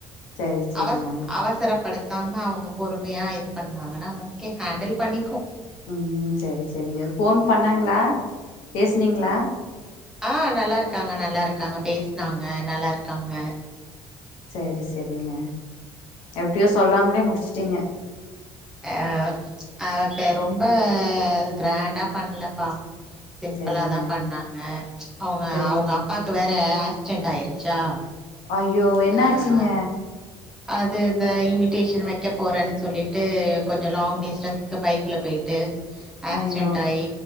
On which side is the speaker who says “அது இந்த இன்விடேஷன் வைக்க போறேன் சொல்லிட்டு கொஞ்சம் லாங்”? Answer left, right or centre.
Centre